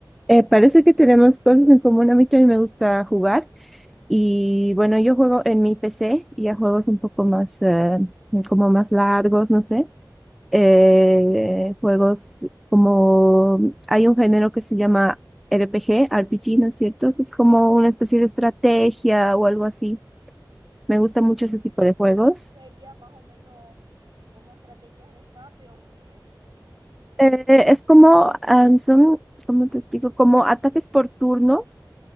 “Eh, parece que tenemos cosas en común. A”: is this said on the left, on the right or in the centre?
Centre